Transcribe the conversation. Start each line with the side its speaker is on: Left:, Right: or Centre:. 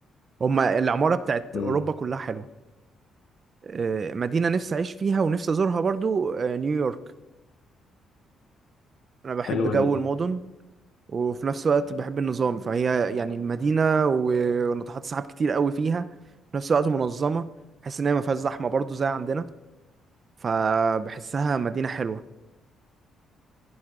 Right: هما العمارة بتاعت
Left: امم
Right: اوروبا كلها حلوة آه، مدينة نفسي اعيش فيها ونفسي ازورها برضو آه، نيويورك انا بحب
Left: حلوة
Right: جو
Left: دي
Right: المدن وفي نفس الوقت بحب النظام فهي يعني المدينة و- وناطحات سحاب كتير قوي فيها في نفس الوقت منظمة بحس ان هي ما فيهاش زحمة برضو زي عندنا فبحسها مدينة حلوة